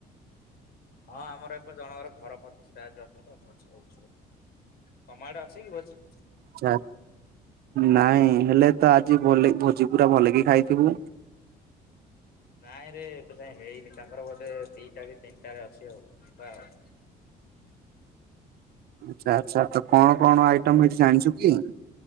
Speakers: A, on the left; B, on the right.
A: ହଁ ଆମର ଏପରି ଜଣଙ୍କର ଘର ପ୍ରତିସ୍ ଅଛି ତ। ଭୋଜି ହଉଚି, ତମା ଆଡେ ଅଛି କି ଭୋଜି?
B: ଚା ନାଇଁ। ହେଲେ ତ ଆଜି ଭଲକି ଭୋଜି ପୁରା ଭଲକି ଖାଇଥିବୁ?
A: ନାଇଁ ରେ ଏବେ ଯାଏ ହେଇନି ତାଙ୍କର ବୋଧେ ଦିଟା କି ତିନିଟାରେ ଅଛି ଆଉ ଯିବା ଆଉ। <inaudible>
B: ଆଚ୍ଛା ଆଛା ତ କଣ କଣ ଆଇଟମ ହେଇଚି ଜାଣିଛୁ କି?